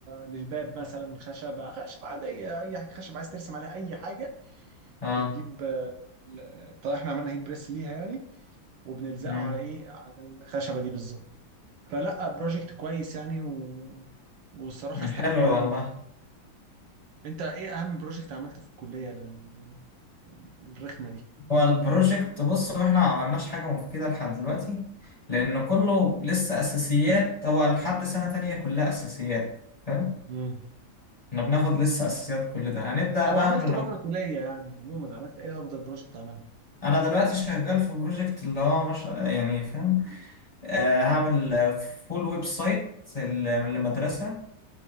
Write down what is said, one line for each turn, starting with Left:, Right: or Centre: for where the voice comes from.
Right: للباب مثلا خشبه خشبه عاديه اي حاجه خشبه عايز ترسم عليها اي حاجه
Left: اه
Right: بتجيب آه، ال- طيب احنا عملنا هيت بريس ليها يعني وبنلزقه
Left: مم.
Right: على ايه على الخشبه دي بالظبط فلا بروجكت كويس يعني و... والصراحه
Left: مم.
Right: استفدنا
Left: حلو
Right: منه
Left: والله
Right: كتير انت ايه اهم بروجكت عملته في الكليه ال- الرخمه دي
Left: هو البروجكت بص هو احنا ما عملناش حاجة مفيدة لحد دلوقتي لأن كله لسه أساسيات هو لحد سنة تانية كلها أساسيات فاهم
Right: مم.
Left: احنا بناخد لسه أساسيات كل ده هنبدأ
Right: او
Left: بقى
Right: عملته
Left: من لما
Right: بره الكليه يعني عموما عملت ايه افضل بروجكت عملته
Left: أنا دلوقتي شغال في بروجكت اللي هو مش يعني فاهم آه هعمل فول ويب سايت ل- لمدرسة